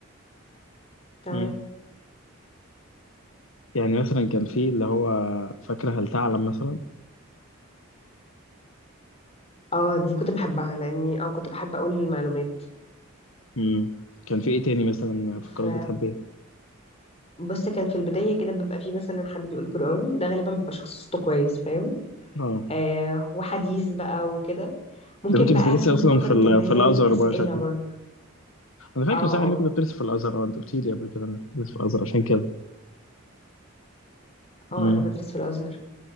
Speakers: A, on the left (about 30°); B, on the left (about 70°).
A: تمام
B: مم. يعني مثلا كان في اللي هو فاكره هل تعلم مثلا
A: اه دي كنت بحبها لاني اه كنت بحب اقول المعلومات
B: مم. كان في ايه تاني مثلا فقرات
A: ف
B: بتحبيها
A: بص كان في البداية كده بيبقى في مثلا حد بيقول قرآن ده غالبا بيبقى شخص صوته كويس فاهم
B: اه
A: آه وحديث بقى وكده ممكن
B: ده كنت بتدرسي
A: بقى في
B: اصلا
A: فقرة
B: في ال-
A: اللي هي
B: في الازهر
A: الأسئلة
B: بقى شكلك
A: برضه
B: انا فاكر
A: اه
B: صح انك
A: اه
B: كنت بتدرس في الازهر اه انت قلت لي قبل كده انك كنت بتدرس في الازهر عشان كده
A: اه
B: امم
A: انا بدرس في الازهر